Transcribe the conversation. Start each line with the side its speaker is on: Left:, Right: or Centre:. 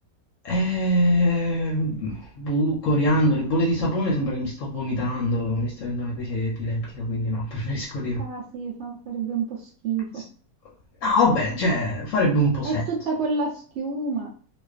Left: Ehm, boh, coriandoli, bolle di sapone, sembra che mi sto vomitando, mi sto avendo una crisi epilettica, quindi no, <laughs> preferisco di no.
Right: Ah sì, fa- farebbe un po' schifo.
Left: Sì. No, vabbè, cioè, farebbe un po'
Right: È
Left: senso.
Right: tutta quella schiuma.